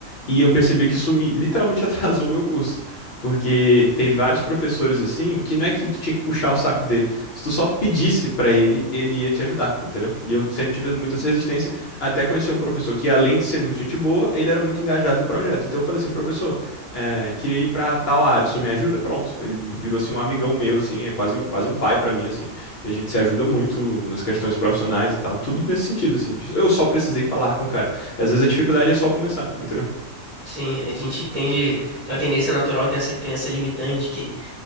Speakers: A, on the left; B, on the right.
A: E eu percebi que isso me literalmente <laughs> atrasou meu curso. Porque tem vários professores, assim, que não é que tu tinha que puxar o saco dele. Se tu só pedisse pra ele, ele ia te ajudar, entendeu? E eu sempre tive muita essa resistência, até conhecer um professor que, além de ser muito gente boa, ele era muito engajado em projeto. Então eu falei assim, professor, eh, queria ir pra tal área, o senhor me ajuda? Pronto. Ele virou, assim, um amigão meu, assim, é quase, quase um pai pra mim, assim. E a gente se ajuda muito nas questões profissionais e tal. Tudo nesse sentido, assim. de- Eu só precisei falar com o cara. E às vezes a dificuldade é só começar, entendeu?
B: Sim, a gente tende, tem uma tendência natural, tem essa crença limitante